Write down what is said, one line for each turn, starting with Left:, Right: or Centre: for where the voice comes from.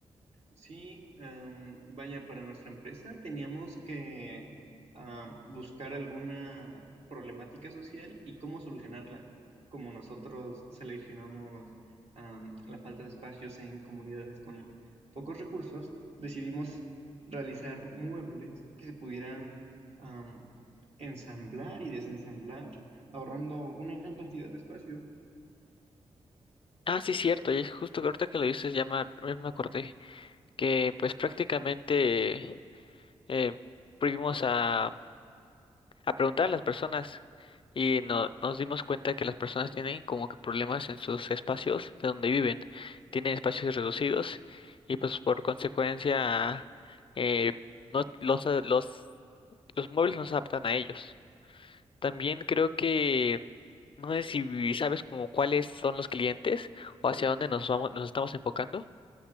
Right: Sí, em, vaya, para nuestra empresa teníamos que am, buscar alguna problemática social y cómo solucionarla, como nosotros seleccionamos am, la falta de espacios en comunidades con pocos recursos, decidimos realizar muebles que se pudieran am, ensamblar y desensamblar, ahorrando una gran cantidad de espacio.
Left: Ah, sí, cierto, y es justo que ahorita que lo dices, ya me, ya me acordé, que pues prácticamente eh, fuimos a a preguntar a las personas y no- nos dimos cuenta que las personas tienen como que problemas en sus espacios de donde viven, tienen espacios reducidos y pues por consecuencia eh, no, los, los, los muebles no se adaptan a ellos. También creo que no sé si sabes como cuáles son los clientes o hacia dónde nos vamos, nos estamos enfocando.